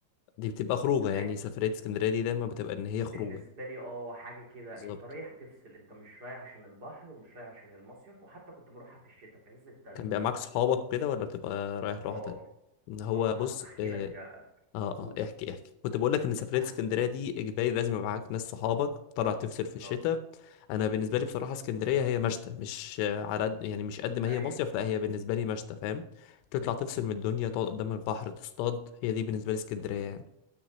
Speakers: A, on the left (about 80°); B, on the right (about 30°).
A: دي بتبقى خروجه
B: سفرية
A: يعني سفريه اسكندريه دي دايما بتبقى ان هي خروجه
B: بالنسبة لي اه حاجة كده
A: بالظبط
B: انت رايح تفصل انت مش رايح عشان البحر ومش رايح عشان المصيف وحتى كنت بروحها في الشتاء في عز التلج
A: كان بيبقى معاك صحابك وكده ولا بتبقى رايح لوحدك
B: اه
A: ان هو
B: اه
A: بص
B: هحكي
A: آه،
B: لك
A: اه
B: قول
A: اه احكي احكي كنت بقول لك ان سفريه
B: اه
A: اسكندريه دي اجباري لازم يبقى معاك ناس صحابك وطلع تفصل
B: بالظبط
A: في الشتاء انا بالنسبه لي بصراحه اسكندريه هي مشتى مش آه، على قد يعني مش
B: مش
A: قد ما
B: ايوه
A: هي مصيف
B: فاهم
A: لا هي بالنسبه لي مشتى فاهم تطلع تفصل من الدنيا تقعد قدام البحر تصطاد هي دي بالنسبه لي اسكندريه يعني